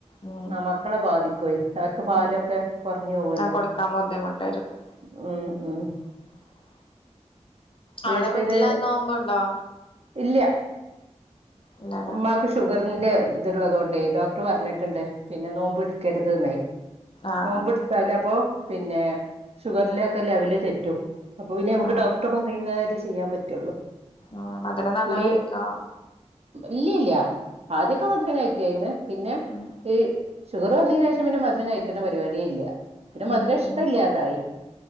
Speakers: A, on the left; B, on the right.
A: ഉം
B: ആ മക്കളെ ബാധിക്കോയി അവർക്ക് പാലൊക്കെ
A: ഉം
B: കുറഞ്ഞു പോവല്ലോ
A: ആ കൊടുക്കാൻ ബുദ്ധിമുട്ടായിരിക്കും
B: മ്മ് മ്മ്
A: <inaudible> അവിടെ
B: വീട്ടില്
A: നോമ്പുണ്ടോ
B: ഇല്ല
A: ഇല്ലല്ലോ
B: ഉമ്മക്ക് ഷുഗറിന്റെ ഇത്ള്ളതൊണ്ട് ഡോക്ടർ പറഞ്ഞിട്ടുണ്ട് പിന്നെ നോമ്പ് ഇടിക്കരുത് ന്നെ
A: ആഹ്
B: നോമ്പ്
A: ആഹ്
B: ഇടുതൽ അപ്പൊ പിന്നെ ഷുഗറില ഒക്കെ ലെവല് തെറ്റും. അപ്പൊ പിന്നെ നമുക്ക്
A: ആഹ്
B: ഡോക്ടർ പറയുന്നത് അല്ലേ ചെയ്യാൻ പറ്റുള്ളൂ.
A: ആ മധുരം നല്ലാം
B: പിന്നെ
A: കഴിക്കാ
B: ഈ- ഇല്ല ഇല്ല ആദ്യൊക്കെ മാത്രം കഴികെന്ന് പിന്നെ
A: ഉം
B: ഈ ഷുഗർ വന്നെന് ശേഷം പിന്നെ മാത്രം കഴിക്കുന്ന പരിപാടിയെ ഇല്ല പിന്നെ
A: ഉം
B: മധുര ഇഷ്ടമല്ലാതായി
A: ഉം